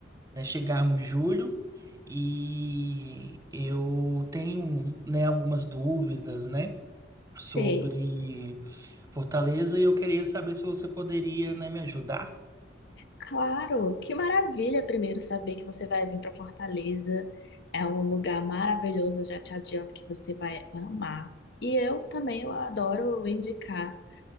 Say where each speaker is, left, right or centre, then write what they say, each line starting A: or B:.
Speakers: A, on the right; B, on the left.
A: né, chegarmos julho. E eu tenho, né, algumas dúvidas, né, sobre
B: Sei.
A: Fortaleza e eu queria saber se você poderia, né, me ajudar.
B: Claro, que maravilha primeiro saber que você vai vir para Fortaleza. É um lugar maravilhoso, eu já te adianto que você vai amar. E eu também eu adoro indicar